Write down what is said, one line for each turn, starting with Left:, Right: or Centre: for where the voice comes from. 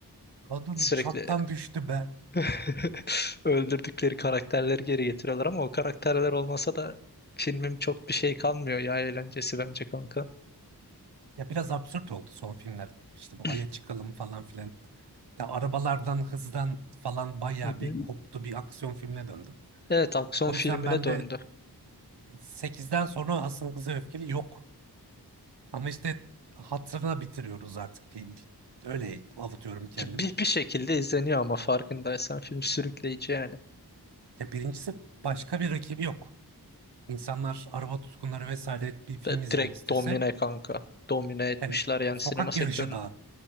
Right: Kadın
Left: Sürekli
Right: uçaktan düştü be.
Left: <laughs> öldürdükleri karakterleri geri getiriyorlar ama o karakterler olmasa da filmin çok bir şey kalmıyor ya eğlencesi bence kanka.
Right: Ya biraz absürt oldu son filmler. İşte bu
Left: Hı
Right: Ay'a çıkalım falan filan. Da arabalardan, hızdan falan bayağı
Left: hı.
Right: bir koptu bir aksiyon filmine döndü.
Left: Evet aksiyon
Right: O
Left: filmine
Right: yüzden ben
Left: döndü.
Right: de sekizden sonra aslında Hızlı ve Öfkeli yok. Ama işte hatırına bitiriyoruz artık diyeyim. Öyle avutuyorum kendimi.
Left: Ki Bir, bir şekilde izleniyor ama farkındaysan film sürükleyici yani.
Right: Ya birincisi başka bir rakibi yok. İnsanlar araba tutkunları vesaire bir film
Left: De-
Right: izlemek
Left: direkt
Right: istese
Left: domine kanka. Domine etmişler
Right: yani
Left: yani
Right: sokak
Left: sinema sektörünü.
Right: yarışı daha